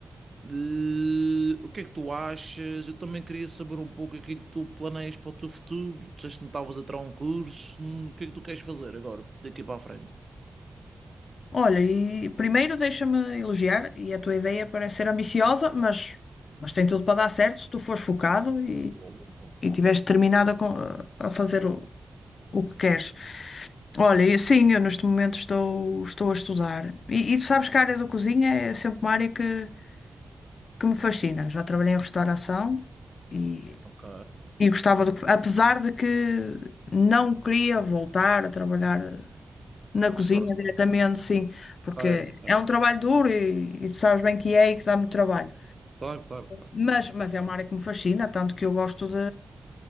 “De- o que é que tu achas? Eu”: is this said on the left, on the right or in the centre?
Right